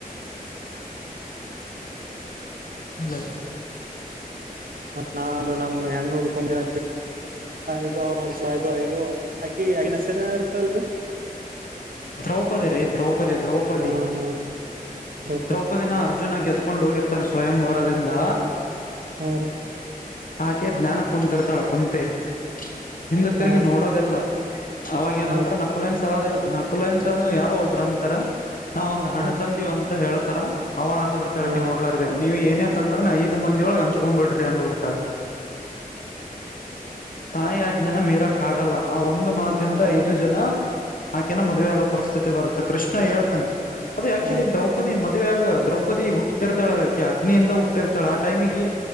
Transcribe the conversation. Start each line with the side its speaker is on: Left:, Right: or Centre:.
Left: ಹ್ಮ
Right: ನಾು ನಮ್ಮ್ ಹೆಣ್ಣು ಹುಡ್ಕೊಂಬಿನ ಇದು ಅವ್ರ ಹಂತಲ ಇದು ಐದು ಅಕಿ ಅಕಸ ಇರ್ತಲ್ರಿ.
Left: ದ್ರೌಪದಿ ರೀ ದ್ರೌಪದಿ ದ್ರೌಪದಿ
Right: ಹ್ಮ್ ಹ್ಮ್ ರೂಪದ್
Left: ದ್ರೌಪದಿನ ಅರ್ಜುನ ಅಜುನ ಗೆದ್ಕೊಂಡ್ ಹೋಗಿರ್ತಾನ ಸ್ವಯಂ ವರದಿಂದ
Right: ಹ
Left: ಆಕೆ ಜ್ಞಾನ ಕುಂತರ್ತಾಳ ಕುಂತೆ ಹಿಂದ ತಿರುಗಿ
Right: ಹಾರಿ
Left: ನೋಡೋದೆಲ್ಲ ಅವಾಗ ಏನಂತರ
Right: ಹಾರಿ
Left: ನಕುಲ ಏನ್ ಸಹ ಕುಲಾಯನ್ಸಂದ ಯಾರು ಒಬ್ಬ್ರ ಅಂತಾರ ನಾವ್ ಒಂದ ಹಣ್ಣ
Right: ಹಾರಿ
Left: ತಂದಿವಿ ಅಂತ ಹೇಳ ಉರ ಅವಾಗಂದ್ಬ ಬಿಡ್ತಾಳಕ್ಕೆ
Right: ಹಾ
Left: ನೋಡ್ಲಾರ್ರದೆ ನೀವು ಏನೇ ತಂದ್ರ ಐದು ಮಂದಿ ಒಳಗೆ ಹಂಚ್ಕೊಂಡ್ ಬಿಡ್ರಿ ಅಂದ ಬಿಡ್ತಾವ ತಾಯಿ ಅಜ್ಞಾನ ಮೀರಕ್ ಆಗಲ್ಲ ಆ ಒಂದು ಮಾತಿಂದ
Right: ಅದ
Left: ಐದು ಜನ ಏನ ಮದ್ವೆ ಆಗೋ ಪರಿಸ್ಥಿತಿ ಬರುತ್ತೆ ಕೃಷ್ಣ ಹೇಳ್ತಾನನೆ ಅದ ಆಕ್ಚುಲಿ
Right: ಹಾರಿ
Left: ದ್ರೌಪದಿ ಮ ಮದ್ಯಾಗ ದ್ರೌಪದಿ ಹುಟ್ಟತಿರ್ತಾಳೆ ಅಗ್ನಿಯಿಂದ ಹುಟ್ಟಿರ್ತಾಳ ಆ ಟೈಮಿಗೆ